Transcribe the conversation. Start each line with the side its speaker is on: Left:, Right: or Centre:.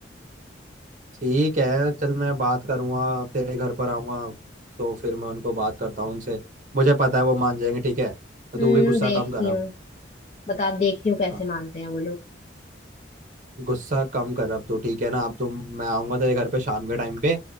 Right: ठीक है चल मैं बात करूंगा तेरे घर पर आऊंगा तो फिर मैं उनको बात करता हूँ उनसे मुझे पता है वो मान जाएंगे ठीक है तो
Left: हम्म
Right: तू भी गुस्सा
Left: देखती
Right: कम कर अब
Left: हूँ बता देखती हूँ कैसे
Right: हाँ
Left: मानते हैं वो लोग
Right: गुस्सा कम कर अब तू ठीक है ना अब तुम मैं आऊंगा तेरे घर पे शाम के टाइम पे